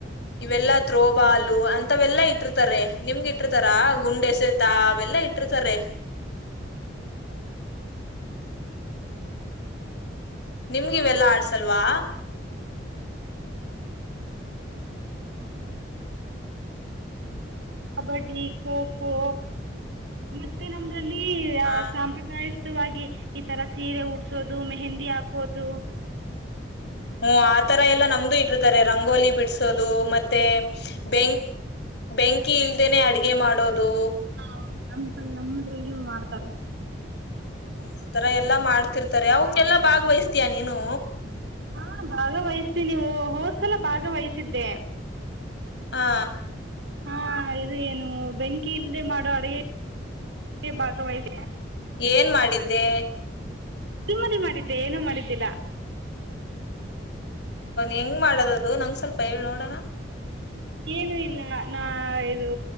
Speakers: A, on the left (about 65°); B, on the right (about 75°).
A: ಇವೆಲ್ಲ ತ್ರೋಬಾಲು ಅಂತವೆಲ್ಲಾ ಇ ಇಟ್ಟಿರ್ತಾರೆ ನಿಮ್ಗೆ ಇಟ್ಟಿರ್ತಾರ ಗುಂಡೆ ಸೇತಾ ಅವೆಲ್ಲ ಇ ಎ ತರ
B: ಹ್ಮ್
A: ನಿಮ್ಗ ಇವೆಲ್ಲಾ ಆಡ್ಸಲ್ವಾ
B: ಕಬಡ್ಡಿ ಖೋಖೋ ಮತ್ತೆ ನಮ
A: ಆ
B: ಸಾಂಪ್ರದಾಯಿಕ ತ ಈ ತರ ಸೀರೆ ಉಡ್ಸೋದು ಮೆಹಂದಿ ಹಾಕೋದು
A: ಹ್ಮ್ ಆತರ ಎಲ್ಲ ನಮ್ದು ಇಟ್ಟಿರ್ತಾರೆ ರಂಗೋಲಿ ಬಿಡ್ಸೋದು ಮತ್ತೆ ಬೆಂಕ್ ಬೆಂಕಿ ಇಲ್ದೇನೆ ಅಡ್ಗೆ ಮಾಡೋದು
B: ಹೌ ನಮ್ ನಮ್ಮದ್ರಗ ಮಾಡ್ತಾರೆ
A: ಆ ತರ ಎಲ್ಲಾ ಮಾಡ್ತಿರ್ತಾರೆ ಅವಕ್ಕೆಲ್ಲಾ ಭಾಗ್ವಹಿಸತೀಯ ನೀನು
B: ಹಾ ಭಾಗ ವಹಸ್ತೀ ನೀವು ಹೋದ್ಸಲ ಭಾಗ ವಹಸಿದ್ದೆ
A: ಹಾ
B: ಹಾ ಇದು ಏನು ಬೆಂಕಿ ಇಲ್ಲದೆೇ ಮಾಡುವ ಅಡುಗೆ ಭಾಗವಹಿಸಿ
A: ಏನ್ ಮಾಡಿದ್ದೆ
B: ಸುಮ್ಮನೆ ಮಾಡಿದ್ದೆ ಏನುೂ ಮಾಡಿದ್ದಿಲ್ಲ
A: ಹೆಂಗ್ ಮಾಡದದು ನಂಗ್ ಸ್ವಲ್ಪ ಹೇಳಳ್ ನೋಡೋಣ
B: ಏನು ಇಲ್ಲ ನಾ ಇದು